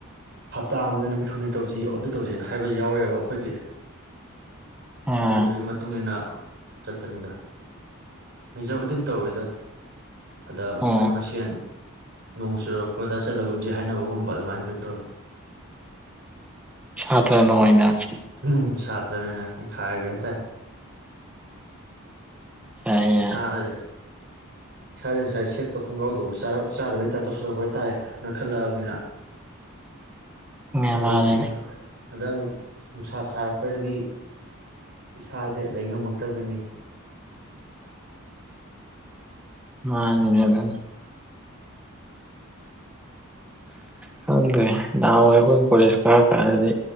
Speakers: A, on the right; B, in the centre.
A: ꯍꯞꯇꯥ ꯑꯃꯗ ꯅꯨꯃꯤꯠ ꯍꯨꯝꯅꯤꯠ ꯇꯧꯁꯤ ꯑꯗꯨ ꯇꯧꯁꯤꯅ ꯍꯥꯏꯕꯁꯨ ꯌꯥꯎꯔꯦꯕ ꯑꯩꯈꯣꯏꯒꯤ
B: ꯑꯥ
A: ꯑꯗꯨꯗꯨꯒꯤ ꯃꯇꯨꯡ ꯏ ꯃꯇꯨꯡꯏꯟꯅ ꯆꯠꯄꯅꯤꯗ ꯃꯤꯖꯕꯨꯗꯤꯝ ꯇꯧꯋꯦꯗ ꯑꯗ ꯑꯩꯈꯣꯏ
B: ꯑꯣ
A: ꯃꯁꯦꯟ ꯅꯣꯡ ꯆꯨꯔꯛꯄꯗ ꯆꯠꯂꯒꯨꯝꯁꯦ ꯍꯥꯏꯅꯕꯒꯨꯝꯕ ꯑꯗꯨꯃꯥꯏꯅ ꯂꯣꯏ ꯇꯧꯋꯏꯤ
B: ꯁꯥꯇ꯭ꯔ ꯅꯣ ꯑꯏꯅ
A: ꯎꯝ ꯁꯥꯇ꯭ꯔ ꯃꯅ ꯈꯥꯏꯕꯇꯔ
B: ꯌꯥꯏ ꯌꯥꯏ
A: ꯁꯥꯔꯦ ꯁꯥꯗ ꯉꯁꯥꯏ ꯁꯦꯠꯄ ꯈꯣꯡꯒ꯭ꯔꯥꯎꯗꯨ ꯆꯥꯗꯕꯩꯗꯥꯛ ꯇꯧꯁꯤꯜꯂꯛꯄ ꯍꯥꯏꯇꯥꯔꯦ ꯅꯣꯏ ꯈꯜꯂꯛꯑꯕꯅꯤꯅ
B: ꯅꯦ
A: ꯑꯗꯨꯗꯣꯒꯤ
B: ꯃꯥꯅꯤꯅꯦ
A: ꯑ ꯅꯨꯡꯁꯥ ꯁꯥꯔꯛꯄꯗꯗꯤ ꯏꯁꯥꯁꯦ ꯂꯩꯉꯝꯃꯛꯇꯕꯅꯤ
B: ꯑꯅꯤꯅꯦꯅꯦꯅꯤ ꯈꯪꯗ꯭ꯔꯦ ꯅꯍꯥꯟꯋꯥꯏ ꯑꯩꯈꯣꯏꯅ ꯀꯣꯂꯦꯖ ꯀꯥꯔꯛ ꯀꯥꯟꯗꯗꯤ